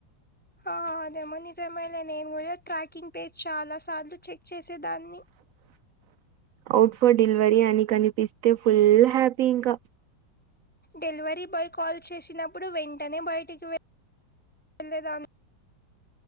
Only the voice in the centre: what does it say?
ఆ అదేమో నిజమలే. నేను కూడా ట్రాకింగ్ పేజ్ చాలా సార్లు చెక్ చేసి ఇచ్చేదాన్ని
డెలివరీ బాయ్ కాల్ చేసినప్పుడు వెంటనే బయటికి వెళ్ళే వెళ్ళేదాన్ని